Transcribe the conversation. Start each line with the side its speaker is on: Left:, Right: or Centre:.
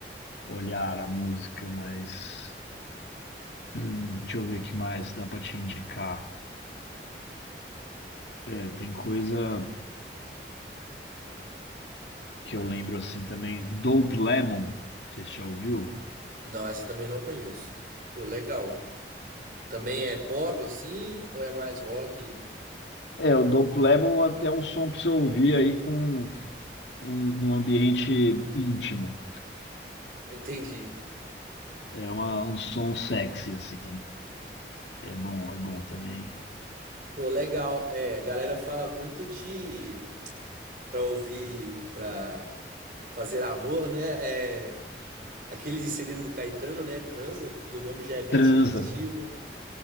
Left: olhar à música, mas. <clears throat> hum, Deixa eu ver o que mais dá pra te indicar. É, tem coisa que eu lembro assim também. Dope Lemon, você já ouviu?
Right: Não, essa eu também não conheço. Pô, legal. Também é pop assim? Ou é mais rock?
Left: É, o Dope Lemon até é um som para você ouvir aí com um, num ambiente íntimo.
Right: <laughs> Entendi.
Left: É uma- um som sexy, assim. É bom, é bom também.
Right: Pô, legal. É, a galera fala muito de. Pra ouvir, pra fazer amor, né? É. Aquele segredo do Caetano, né? Transa, que o nome já é bem
Left: Transa.
Right: sugestivo, né?